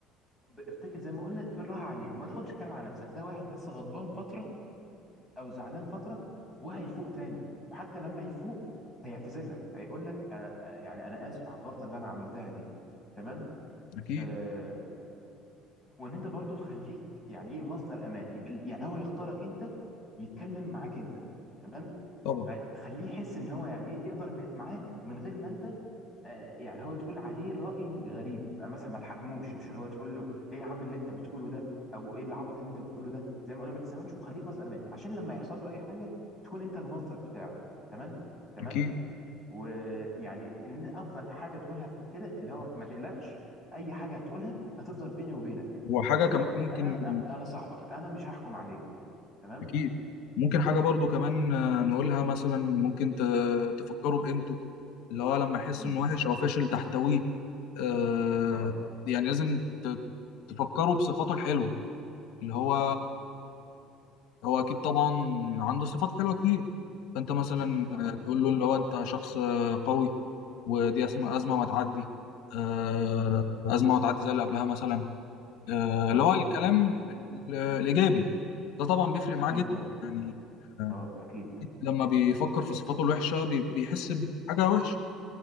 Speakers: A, in the centre; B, on the left.
A: ب- افتكر زي ما قلنا بالراحه عليه وما تاخدش الكلام على نفسك ده واحد بس غضبان فتره او زعلان فتره وهيفوق تاني وحتى لما يفوق هيعتذر لك هيقول لك آه آه يعني انا اسف على الغلطه اللي انا عملتها دي تمام
B: أكيد
A: آه وان انت برضو تخليك يعني ايه مصدر امان بال- يعني هو يختارك انت يتكلم معاك انت تمام
B: طبعا
A: فتخليه يحس ان هو يعني ايه يقدر م- معاك ومن غير ما انت آه، يعني هو تقول عليه رأي غريب بقى مثلا ما تحكموش مش اللي هو تقول له ايه يا عم اللي انت بتقوله ده او ايه العبط اللي انت بتقوله ده زي ما قلنا ما تستهونش وخليك مصدر مني عشان لما يحصل له اي حاجه تكون انت المصدر بتاعه تمام تمام
B: أكيد
A: ويعني ان ده افضل حاجه تقولها في كده اللي هو ما تقلقش اي حاجه هتقولها هتفضل بيني وبينك
B: وحاجة
A: انا
B: كمان ممكن
A: انا انا صاحبك انا مش هحكم عليك تمام
B: اكيد ممكن حاجه برضو كمان آه، نقولها مثلا ممكن ت- تفكروا بقيمته اللي هو لما يحس
A: امم
B: انه وحش او فاشل تحتويه آه،
A: اه
B: يعني لازم ت- تفكروا بصفاته الحلوه اللي هو
A: مم.
B: هو اكيد طبعا عنده صفات حلوه كتير فانت مثلا
A: اكيد طبعا
B: آه، تقول له اللي هو انت شخص آه، قوي ودي اسمه ازمه وهتعدي آه،
A: امم
B: ازمه وهتعدي زي اللي قبلها مثلا آه،
A: اه
B: اللي هو الكلام ال- الإيجابي ده طبعا بيفرق
A: اكيد
B: معاه جدا
A: طبعا
B: يعني آه،
A: اه اكيد
B: لما بيفكر في صفاته الوحشة بي- بيحس بحاجة وحشة